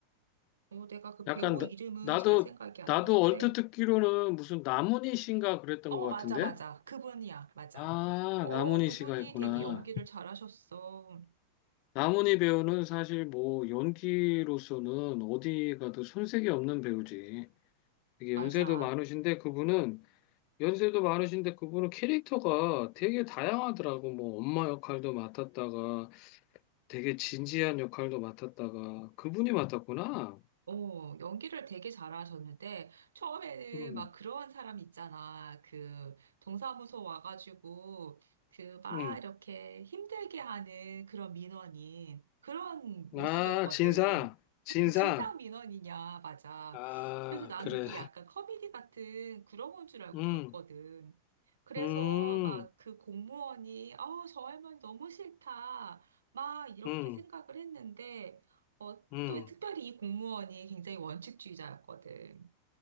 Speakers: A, on the right; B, on the left.
A: 내가 그
B: 약간,
A: 배우
B: 나,
A: 이름은
B: 나도,
A: 잘 생각이 안
B: 나도
A: 나는데,
B: 얼핏 듣기로는 무슨 나문희 씨인가 그랬던
A: 어,
B: 것
A: 맞아,
B: 같은데?
A: 맞아. 그분이야, 맞아.
B: 아,
A: 어,
B: 나문희
A: 그분이
B: 씨가 있구나.
A: 되게 연기를 잘하셨어.
B: 나문희 배우는 사실 뭐 연기로서는 어디 가도 손색이 없는 배우지. 되게
A: 맞아.
B: 연세도 많으신데 그분은 연세도 많으신데 그분은 캐릭터가 되게 다양하더라고. 뭐 엄마 역할도 맡았다가 되게 진지한 역할도 맡았다가 그분이 맡았구나.
A: 어, 연기를 되게 잘하셨는데, 처음에는
B: 음,
A: 막 그런 사람 있잖아. 그, 동사무소 와가지고, 그, 막
B: 음.
A: 이렇게 힘들게 하는 그런 민원인, 그런
B: 아,
A: 모습이었거든.
B: 진상, 진상.
A: <laughs> 진상 민원이냐, 맞아.
B: 아,
A: 그래서 나는
B: 그래.
A: 이게 약간 커미디 같은 그런 건 줄 알고
B: 음,
A: 봤거든. 그래서
B: 음,
A: 막 그 공무원이, 아, 저 할머니 너무 싫다. 막 이렇게
B: 음,
A: 생각을 했는데, 어,
B: 음,
A: 또 특별히 이 공무원이 굉장히 원칙주의자였거든.